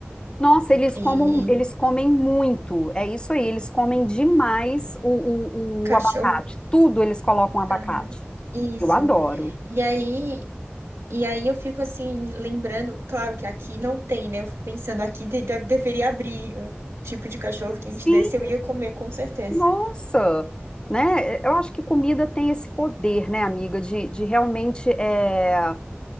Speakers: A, on the left; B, on the right.
A: Nossa, eles
B: E
A: comem, eles comem muito. É isso aí, eles comem demais o,
B: cachorro,
A: o, o abacate. Tudo eles colocam abacate.
B: ah, isso.
A: Eu adoro.
B: E aí E aí eu fico assim, lembrando, claro que aqui não tem, né? Eu fico pensando, aqui de- deve- deveria abrir um tipo de cachorro quente
A: Sim,
B: desse, eu ia comer com certeza.
A: nossa, né? Eu acho que comida tem esse poder, né, amiga, de, de realmente, é,